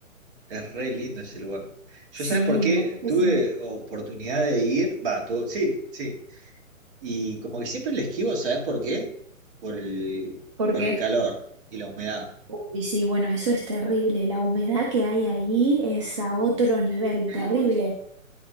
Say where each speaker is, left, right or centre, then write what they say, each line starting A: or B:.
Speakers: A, on the right (about 40°); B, on the right (about 25°).
A: Es re lindo ese lugar. Yo
B: Sí,
A: sabes por qué
B: la verdad que
A: tuve
B: sí.
A: oportunidad de ir, va, tu- sí, sí. Y como que siempre le esquivo, ¿sabes por qué? Por el,
B: ¿Por
A: por
B: qué?
A: el calor y la humedad.
B: Uy, sí, bueno, eso es terrible. La humedad que hay ahí es a otro nivel, terrible.